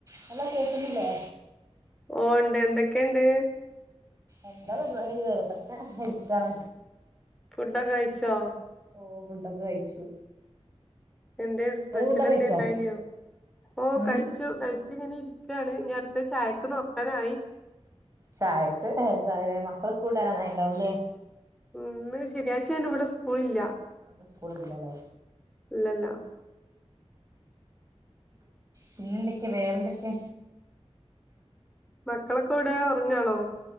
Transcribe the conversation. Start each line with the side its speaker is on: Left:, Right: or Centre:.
Right: Hello... കേക്കുന്നില്ലേ..
Centre: ഓ... ണ്ട് എന്തക്കെണ്ട്
Right: എന്താ പരിപാടി വെറുതെങ്ങനെ.. ഇരിക്കാണ്
Centre: ഫുഡൊക്കെ കഴിച്ചോ?
Right: ഓ... ഫുണ്ടൊക്കെ കഴിച്ചു.
Centre: എന്തേ.. സ്പെഷ്യലെന്തേൻണ്ടായിനോ..?
Right: ഇങ്ങള് ഫുഡൊക്കെ കഴിച്ചോ
Centre: ഓ....
Right: ഉം
Centre: കഴിച്ചു കഴിച്ചിങ്ങനിരിക്കാണ് ഇനട്ത്തത്‌ ചായക്ക് നോക്കാനായി
Right: ചായക്ക് എന്താലേ... മക്കള് സ്‌ക്കൂള്ട്ട് വരാനായിണ്ടാവുല്ലേ..?
Centre: മ്.. ന്ന് ശനിയാഴ്ച്ചായോണ്ട്വ്ടെ സ്കൂളില്ല
Right: അ ന്ന്സ്കൂളില്ലാലെ...
Centre: ഇല്ലല്ല
Right: പിന്നെന്തെക്കെ വേറെന്തെക്കെ
Centre: മക്കളക്കെവ്ടെ ഒറങ്ങാണോ?